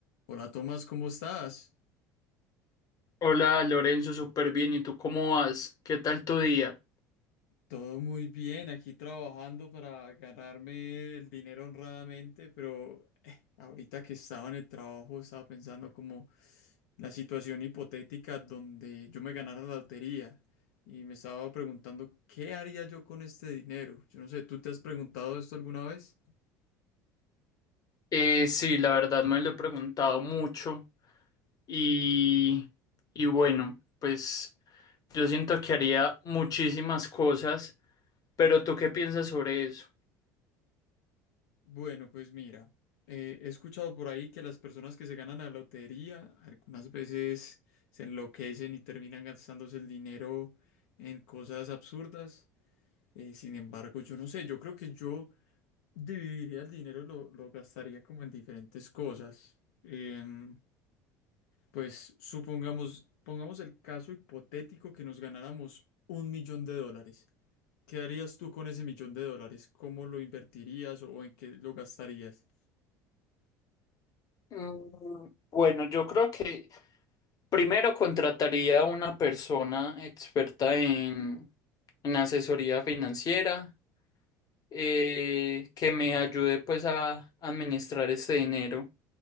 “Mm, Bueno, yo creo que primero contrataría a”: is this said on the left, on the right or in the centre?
Left